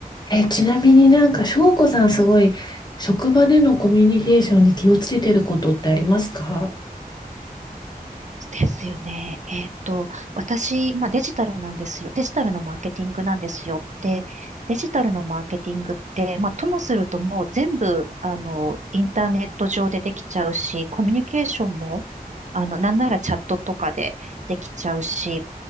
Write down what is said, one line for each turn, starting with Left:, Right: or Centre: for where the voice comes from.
Left: え、ちなみになんか、翔子さんすごい、職場でのコミュニケーションで気をつけてることってありますか
Right: ですよね。えっと、私、まあ、デジタルなんですよ。デジタルのマーケティングなんですよって、デジタルのマーケティングって、まあ、ともするともう全部、あの、インターネット上でできちゃうし、コミュニケーションも、あの、なんならチャットとかでできちゃうし、